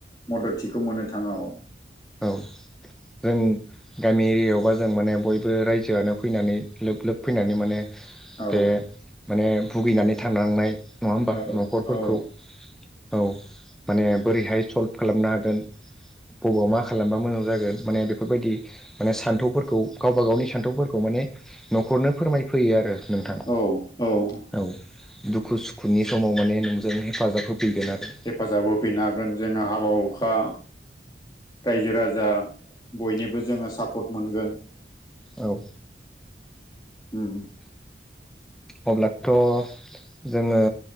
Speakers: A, on the left; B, in the centre.
A: मददथिखौ मोननो थाङा औ
B: औ जों गामि एरियायावबा जों माने बयबो रायजोआनो फैनानै लोब लोब फैनानै माने
A: औ
B: बे माने भुगिनानै थांलांनाय नङा होमबा
A: औ
B: न'खरफोरखौ औ माने बोरैहाय सल्भ खालामनो हागोन बबाव मा खालामबा मोजां जागोन माने बेफोरबायदि माने सान्थौफोरखौ गावबा गावनि सान्थौफोरखौ माने न'खरनो फोरमायफैयो आरो नोंथां
A: औ औ
B: औ दुखु सुखुनि समाव माने नोंजों हेफाजाब होफैगोन आरो
A: हेफाजाब होफैनो हागोन जोङो हाबा हुखा रायजो राजा बयनिबो जोङो सापर्ट मोनगोन
B: औ
A: उम
B: अब्लाथ' जोङो